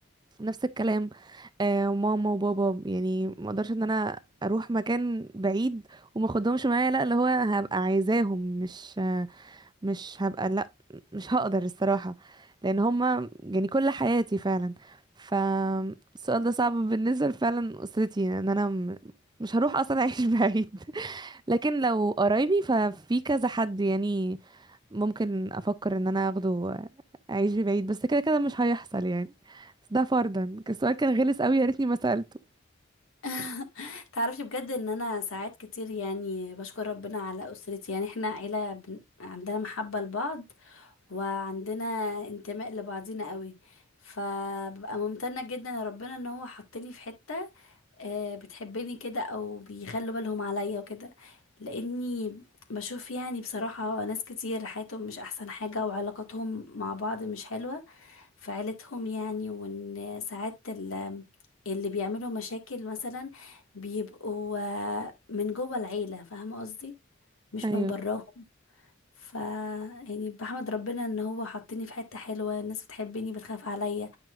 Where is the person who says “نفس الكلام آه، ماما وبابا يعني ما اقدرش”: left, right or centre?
Right